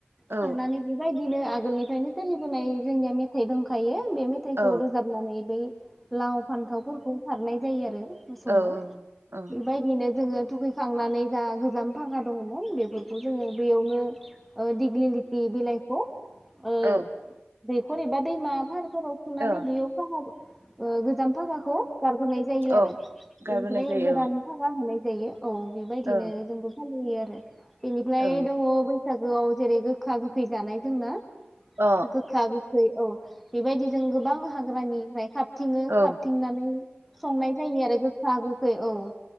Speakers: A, on the right; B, in the centre.
A: औ
B: थांननै बिबाय दिनो आगोलनिफायनो सोलिबोनाय जोंनिया मेथाइ दोंखायो बे मेथाइखौ
A: औ
B: रोजाबनानै बै लाव फान्थावफोरखौ सारनाय जायो आरो मोसौनाव
A: औ औ ओ
B: बेबायदिनो जोङो थुखैखांनानै जा गोजाम फागा दङमोन बेफोरखौ जोङो दैयावनो ओ दिग्लि लिति बिलाइखौ ओइ
A: ओ
B: दैखर एबा दैमा फारफोराव सोंनानै
A: औ
B: बेयाव फां म <unintelligible> ओ गोजाम भागाखौ गारबोनाय जायो आरो
A: औ गारबोनाय
B: इनिफ्राय
A: जायो
B: गोदान फागा होनाय जायो औ बेबायदिनो
A: औ
B: जोंबो फालि <unintelligible> आरो इनिफ्राय
A: औ
B: दङ बै बैसागोआव जेरै गोखा गोखै जानाय जोंना
A: अ
B: गोखा गोखै औ बेबायदि जों गोबां हाग्रानिफ्राय खा खाबथिङो
A: औ
B: खाबथिंनानै संनाय जायो आरो गोखा गोखै औ